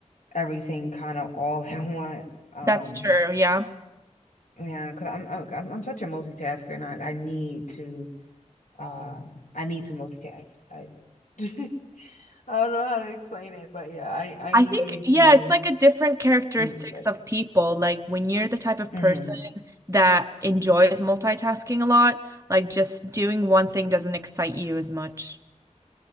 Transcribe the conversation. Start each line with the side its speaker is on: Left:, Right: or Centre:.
Left: everything kind of all <laughs> at once. Um
Right: That's true, yeah.
Left: yeah, because I'm, I'm I'm I'm such a multitasker, and I, I need to um I need to multitask. I <laughs> I don't know how to explain it, but yeah, I I
Right: I
Left: need
Right: think yeah,
Left: to
Right: it's like a different characteristics
Left: mm, like.
Right: of people. Like when you're the type of
Left: mm-hmm.
Right: person that enjoys multitasking a lot, like just doing one thing doesn't excite you as much.